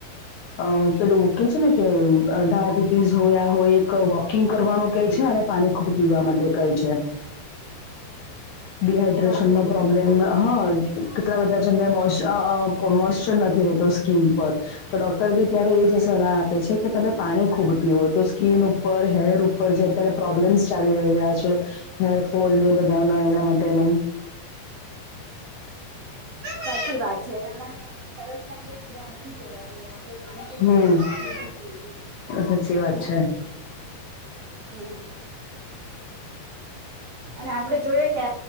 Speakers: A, on the left (about 75°); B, on the right (about 85°).
A: અ પેલું કે છે ને કે, ડાયાબિટીસ હોય હોય, એક કુકિંગ કરવાનું કહે છે, અને પાણી ખુબ પીવા માટે ડિહાઈડ્રેશન
B: સાચું
A: નો
B: કીધું
A: પ્રોબ્લેમ હા. કેટલા બધા જેમને મોશ્ચર નથી રતો, સ્કીિન પર. તો ડોક્ટર બી ત્યારે એ જ સલાહ આપે છે કે, તમે પાણી ખૂબ પીવા તો સ્કીન ઉપર, હેર ઉપર, જે અત્યારે પ્રોબ્લેમ્સ ચાલી રહ્યા છે. હેરફોલ ને, બધાના એના માટેનું
B: સાચી વાત છે, એના માટે આપડણે તરસ લાગે, એની રાહની જોવાએ. જો આપડે પાણી તો
A: હમ
B: સતતું જોઈએ.
A: સાચી વાત
B: હમ, અને આપડે જોઈએ કે